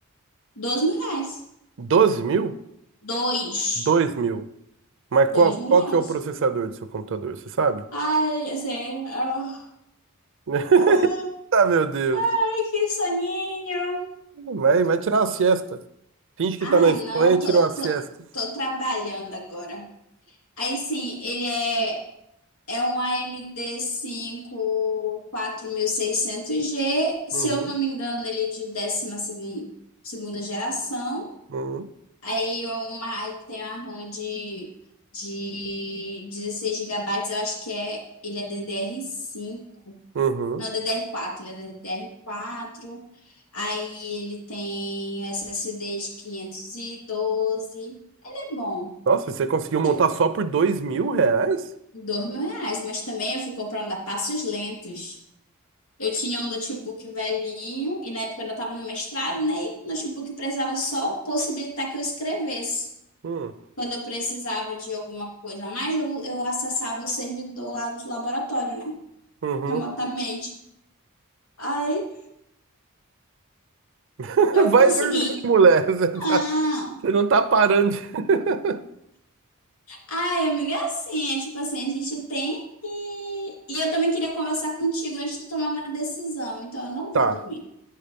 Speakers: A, on the left; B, on the right.
A: dois mil reais.
B: 12 mil?
A: Dois.
B: dois mil. Mas
A: Dois
B: qual,
A: mil
B: qual
A: reais.
B: que é o processador do seu computador, você sabe?
A: Ai, assim, ah,
B: <laughs>
A: ah,
B: Ah, meu Deus.
A: ai, que soninho.
B: Vai, vai tirar uma siesta. Finge que
A: Ai,
B: tá na Espanha
A: não,
B: e
A: tô,
B: tira uma siesta.
A: tô, tô trabalhando agora. Aí sim, ele é. É um AMD 5 seiscentos g se
B: Uhum,
A: eu não me engano, ele é de décima segunda, segunda geração.
B: uhum,
A: Aí é uma, ele tem a RAM de, de 16 gigabytes, eu acho que é, ele é ddr cinco
B: uhum.
A: não, ddr quatro ele é ddr quatro, Aí ele tem SSD de quinhentos e doze, Ele é bom,
B: Nossa, você conseguiu montar
A: tipo,
B: só por dois mil reais?
A: dois mil reais, mas também eu fui comprando a passos lentos. Eu tinha um notebook velhinho, e na época eu ainda estava no mestrado, né? E o notebook precisava só possibilitar que eu escrevesse.
B: Hum,
A: Quando eu precisava de alguma coisa a mais, eu, eu acessava o servidor lá do laboratório, né?
B: uhum.
A: Remotamente. Aí
B: <laughs>
A: eu consegui.
B: Vai dormir, mulher. <laughs> Você tá-
A: Não.
B: você não tá parando de... <laughs>
A: Ai, amiga, é assim, é tipo assim, a gente tem que. E eu também queria conversar contigo antes de tomar uma decisão, então eu não
B: Tá.
A: vou dormir.